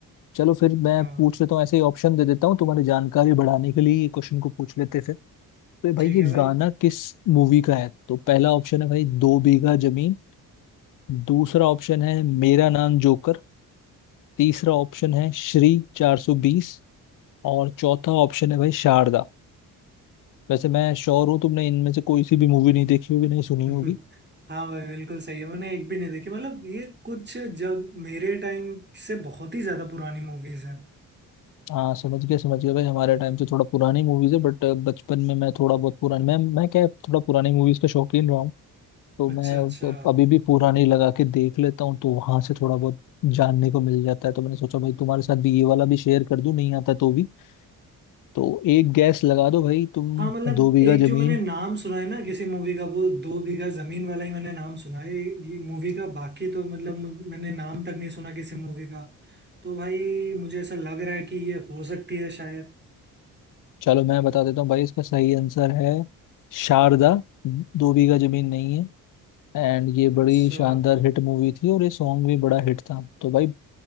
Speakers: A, on the left; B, on the right.
A: चलो फिर मैं
B: हाँ
A: पूछ लेता हूँ ऐसे ही ऑप्शन दे देता हूँ तुम्हारी जानकारी बढ़ाने के लिए ये क्वेश्चन को पूछ लेते हैं फिर तो भाई
B: ठीक
A: ये
B: है भाई
A: गाना किस मूवी का है तो पहला ऑप्शन है भाई दो बीघा जमीन दूसरा ऑप्शन है मेरा नाम जोकर तीसरा ऑप्शन है श्री 420 और चौथा ऑप्शन है भाई शारदा वैसे मैं श्योर हूँ तुमने इनमें से कोई सी भी मूवी नहीं देखी होगी नहीं
B: <laughs>
A: सुनी होगी
B: हाँ भाई बिल्कुल सही है मैंने एक भी नहीं देखी मतलब ये कुछ जब मेरे टाइम से बहुत ही ज्यादा पुरानी मूवीज हैं
A: हाँ समझ गया समझ गया भाई हमारे टाइम से थोड़ा पुरानी मूवीज है बट बचपन में मैं थोड़ा बहुत पुरानी मैं मैं क्या थोड़ा पुरानी मूवीज का शौकीन रहा हूँ तो
B: अच्छा
A: मैं अब-
B: अच्छा
A: अभी भी पूरा नहीं लगा के देख लेता हूँ तो वहां से थोड़ा बहुत जानने को मिल जाता है तो मैंने सोचा भाई तुम्हारे साथ भी ये वाला भी शेयर कर दूं नहीं आता तो भी तो एक गैस लगा दो भाई तुम
B: हाँ मतलब
A: दो बीघा
B: एक जो
A: जमीन
B: मैंने नाम सुना है ना किसी मूवी का वो दो बीघा जमीन वाला ही मैंने नाम सुना है ये मूवी का बाकी तो मतलब मु- मैंने नाम तक नहीं सुना किसी मूवी का तो भाई मुझे ऐसा लग रहा है कि ये हो सकती है शायद
A: चलो मैं बता देता हूँ भाई इसका सही आंसर है शारदा दो बीघा जमीन नहीं है एंड ये
B: अच्छा
A: बड़ी शानदार हिट मूवी थी और ये सॉन्ग भी बड़ा हिट था तो भाई